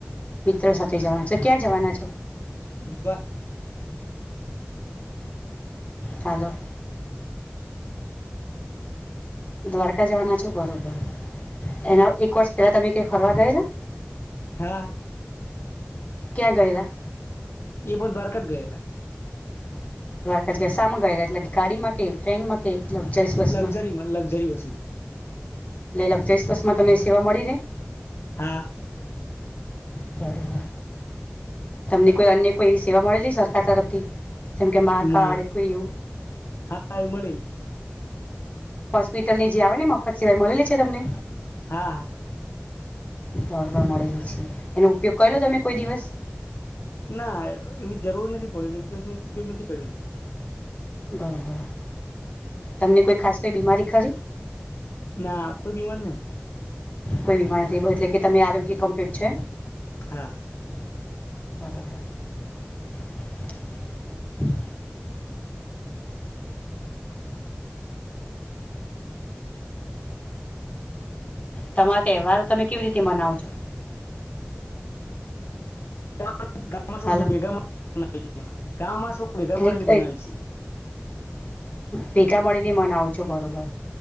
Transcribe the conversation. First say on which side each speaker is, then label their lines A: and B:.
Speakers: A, on the left (about 30°); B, on the left (about 70°).
A: મિત્રો જવાના છે, ક્યાં જવાના છો?
B: બા
A: હાલો. દ્વારકા જવાના છો બરોબર. એના એક વર્ષ પેલા તમે ક્યાંય ફરવા ગયેલા?
B: હા.
A: ક્યાં ગયેલા?
B: એ પન દ્વારકા જ ગયેલા.
A: દ્વારકા જ ગયેલા શામાં ગયેલા એટલે કે ગાડીમાં કે ઓકે ટ્રેન માં કે લક્ઝરીસ બસમાં
B: લક્ઝરીમાં લક્ઝરી બસમાં
A: એ લક્ઝરીસ બસમાં તમને સેવા મળી રે?
B: હા
A: બરોબર તમને કોઈ અન્ય કોઈ સેવા મળેલી સરકાર તરફથી જેમ કે માં
B: ના
A: કાર્ડ કોઈ એવું
B: હા એ મળેલી
A: હોસ્પિટલની જે આવે ને મફત સેવા એ મળેલી છે તમને
B: હા હા
A: બરોબર મળેલી છે. એનો ઉપયોગ કરેલો તમે કોઈ દિવસ?
B: ના એવુ જરૂર નથી પડેલુ. ઉપયોગનું ઉપયોગ નથી કરેલુ.
A: બરોબર. તમને કોઈ ખાસ કઈ બીમારી ખરી?
B: ના કોઈ બીમારી નહી.
A: કોઈ બીમારી નથી. બ એટલે કે તમે આરોગ્ય કમ્પ્લીટ છે.
B: હા,
A: બરોબર. તમારો તહેવાર તમે કેવી રીતે મનાવ છો?
B: <unintelligible>
A: હાલો
B: બે ભેગા મળી કામ મા સો. ભેગા
A: એટલે
B: મળીથી બનાવી છે.
A: ભેગા મળીને મનાવો છો, બરોબર.